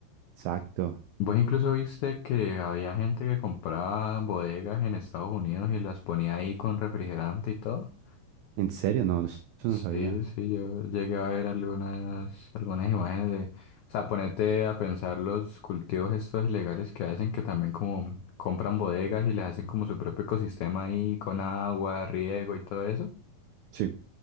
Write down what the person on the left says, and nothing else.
Vos incluso viste que había gente que compraba bodegas en Estados Unidos y las ponía ahí con refrigerante y todo.
Sí,
sí, yo llegué a ver algunas, algunas imágenes de, o sea, ponete a pensar los cultivos estos ilegales que hacen, que también como compran bodegas y les hacen como su propio ecosistema ahí con agua, riego y todo eso.